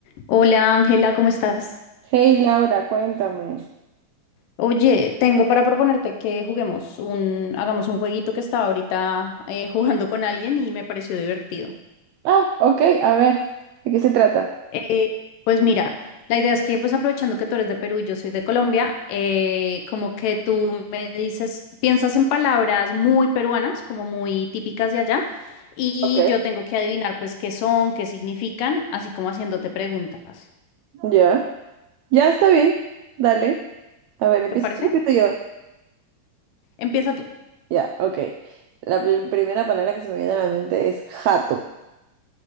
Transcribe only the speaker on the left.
Hola Ángela, ¿cómo estás?
Oye, tengo para proponerte que juguemos un, hagamos un jueguito que estaba ahorita eh, <laughs> jugando con alguien y me pareció divertido.
Eh, pues mira, la idea es que pues aprovechando que tú eres de Perú y yo soy de Colombia, eh, como que tú me dices, piensas en palabras muy peruanas, como muy típicas de allá, y
yo tengo que adivinar pues qué son, qué significan, así como haciéndote preguntas.
¿Te parece?
Empieza tú.